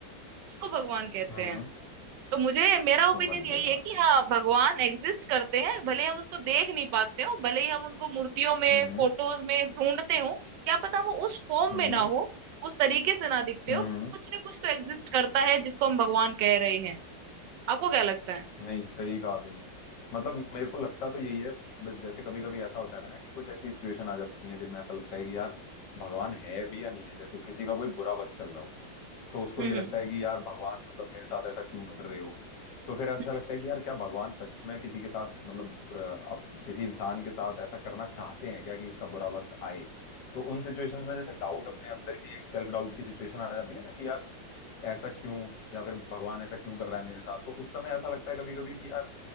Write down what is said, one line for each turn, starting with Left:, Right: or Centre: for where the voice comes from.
Right: उसको भगवान कहते
Left: हम्म
Right: हैं तो मुझे मेरा ओपिनियन
Left: समझ गया
Right: यही है कि हाँ भगवान एग्जिस्ट करते हैं भले हम उसको देख नहीं पाते हो भले ही हम उनको मूर्तियों में
Left: हम्म
Right: फोटोज में ढूंढते हो क्या पता वो उस फॉर्म
Left: हम्म
Right: में ना हो उस तरीके से ना दिखते
Left: हम्म
Right: हो कुछ ना कुछ तो एग्जिस्ट करता है जिसको हम भगवान कह रहे हैं आपको क्या लगता है
Left: नहीं सही कहा तुमने मतलब मेरे को लगता तो यही है बस जैसे कभी कभी ऐसा होता है ना कि कुछ ऐसी सिचुएशन आ जाती है जिनमें ऐसा लगता है कि यार भगवान है भी या नहीं है जैसे किसी का कोई बुरा वक्त चल रहा हो तो उसको
Right: हम्म
Left: ये लगता
Right: हम्म
Left: है कि यार भगवान मतलब मेरे साथ ऐसा क्यों कर रहे हो तो फिर
Right: हम्म,
Left: ऐसा लगता है कि यार क्या भगवान सच में किसी के साथ मतलब अ, अप, किसी इंसान के साथ ऐसा करना चाहते हैं क्या कि उसका बुरा वक्त आए तो उन सिचुएशंस में जैसे डाउट अपने अंदर ही एक सेल्फ डाउट की सिचुएशन आ जाती है ना कि यार ऐसा क्यों या फिर भगवान ऐसा क्यों कर रहा है मेरे साथ तो उस समय ऐसा लगता है कभी कभी कि यार